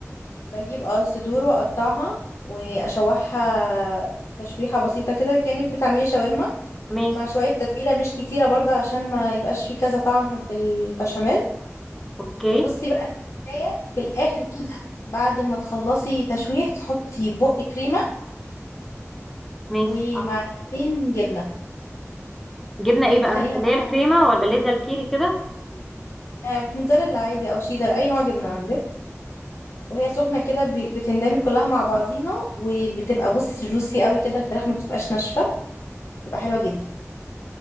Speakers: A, on the left; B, in the centre.
A: بجيب اه صدور واقطعها واشوحها تشويحة بسيطة كده كأنك بتعملي شاورما
B: ماشي
A: مع شوية تتبيلة مش كتيرة برضه عشان ما يبقاش فيه كذا طعم في البشاميل
B: اوكي
A: وبصي بقى التركاية في الآخر كده بعد ما تخلصي تشويح تحطي بق كريمة
B: ماشي
A: ومعلقتين
B: أعتقد.
A: جبنة
B: جبنه
A: دي
B: ايه
A: بتخليها
B: بقى اللي
A: بقى
B: هي الكريمه ولا اللي هي زي الكيري كده
A: شيدر آه، موتزاريلا عادي أو شيدر أي نوع جبنة عندك وهي سخنة كده ب- بتندمج كلها مع بعضيها وبتبقى بصي جوسي قوي كده الفراخ ما بتبقاش ناشفة بتبقى حلوة جدا